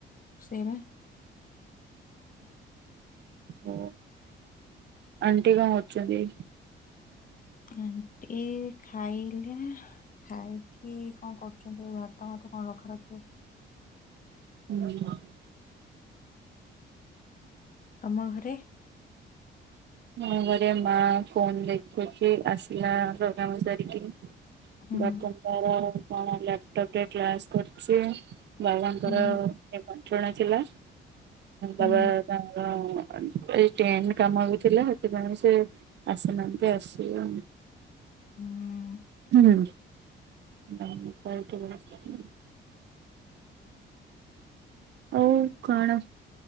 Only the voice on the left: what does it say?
ସେଇ ବା।
ଆଣ୍ଟି ଖାଇଲା ଖାଇକି କଣ କରୁଛନ୍ତି ଭାତ ଭାତ କଣ ରଖା ରଖି।
ତମ ଘରେ?
ହୁଁ
ହୁଁ
ହୁଁ
ହୁଁ।